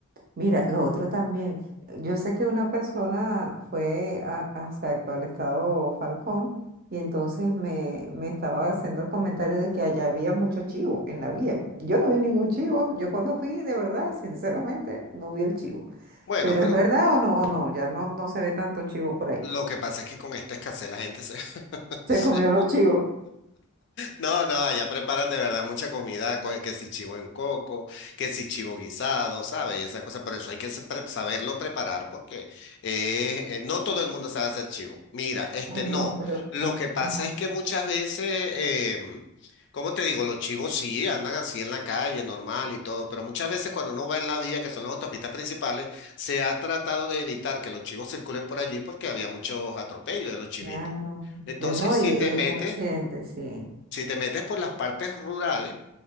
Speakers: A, on the right (about 40°); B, on the left (about 55°).
A: Mira, lo otro también, yo sé que una persona fue a, a- exacto, al estado Falcón y entonces me, me estaba haciendo el comentario de que allá había mucho chivo en la vía. Yo no vi ningún chivo, yo cuando fui, de verdad, sinceramente, no vi el chivo.
B: Bueno,
A: Pero
B: pero
A: es verdad o no, o no, ya no, no se ve tanto chivo por ahí.
B: lo que pasa es que con esta escasez la gente se, <laughs>
A: Se
B: se
A: comió los chivos.
B: No, no, allá preparan de verdad mucha comida, co- que si chivo en coco, que si chivo guisado, ¿sabes? Y esas cosas, pero eso hay que se- pre- saberlo preparar porque eh, eh, no todo el mundo sabe hacer chivo. Mira, este
A: Ay,
B: no,
A: no, pero,
B: lo
A: ah,
B: que pasa
A: ajá,
B: es que muchas veces, em, ¿cómo te digo? Los chivos sí andan así en la calle, normal y todo, pero muchas veces cuando uno va en la vía, que son las autopistas principales, se ha tratado de evitar que los chivos circulen por allí porque había muchos atropellos de los chivitos.
A: claro.
B: Entonces,
A: Eh, no,
B: si
A: y eh,
B: te metes...
A: un accidente, sí.
B: Si te metes por las partes rurales,